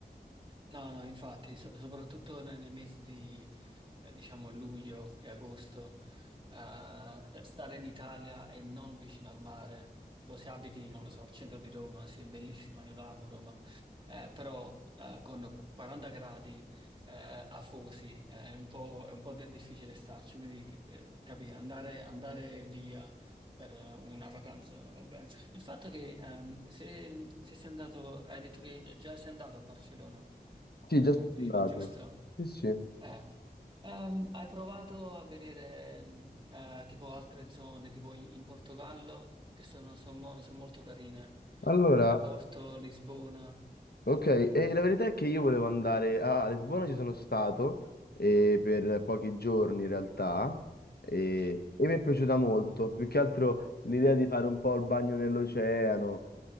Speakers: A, on the right (about 30°); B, on the left (about 75°).
A: No, no, infatti, so- soprattutto ne- nei, mesi di, eh, diciamo, luglio e agosto, eh, cioè, stare in Italia e non vicino al mare, tipo se abiti, non lo so, al centro di Roma, sì, è bellissima, io la amo Roma, eh, però eh, con 40 gradi eh, afosi eh, è un po', è un po' de- difficile starci, quindi che- che- capì, andare, andare via per eh, una vacanza, va bene. Il fatto che ehm, se, se sei andato, hai detto che già sei andato a Barcellona
B: Sì,
A: eh,
B: già sono
A: prima,
B: andato.
A: giusto?
B: Sì, sì.
A: Eh. Ehm, hai provato a vedere ehm, eh, tipo altre zone, tipo in in Portogallo, che sono, sono mo- sono molto carine,
B: Allora,
A: Eh, Porto, Lisbona.
B: Ok, e la verità è che io volevo andare a a Lisbona, ci sono stato eh, per pochi giorni in realtà e,
A: Sì.
B: e mi è piaciuta molto, più che altro l'idea di fare un po' il bagno nell'oceano,